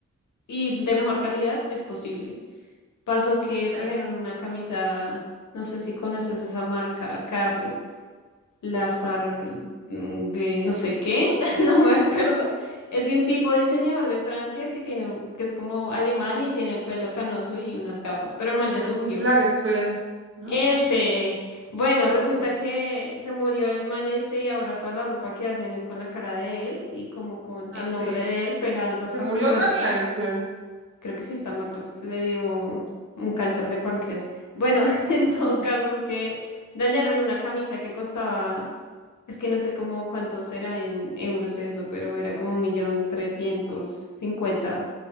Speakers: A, on the left; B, on the right.
A: y de mejor calidad, es posible. Pasó que
B: Sí,
A: trajeron una camisa, no sé si conoces esa marca, Karl Lafar, mm, que no sé qué, <laughs> no me acuerdo. Es de un tipo diseñador de Francia que tiene, un- que es como alemán y tiene el pelo canoso y unas gafas, pero el man ya
B: Karl
A: se murió.
B: Lagerfeld, ¿no?
A: Ese, bueno, resulta
B: Sí.
A: que se murió el man este y ahora toda la ropa que hacen es con la cara de él y como con
B: Ah,
A: el
B: sí.
A: nombre de él pegado en todas
B: Se
A: partes.
B: murió
A: Bueno,
B: Karl Lagerfeld.
A: creo que sí está muerto, le dio un cáncer de páncreas. Bueno, <laughs> en
B: Ay,
A: todo caso es que dañaron una camisa que costaba, es que no sé cómo cuántos era en euros eso, pero era como un millón trescientos cincuenta.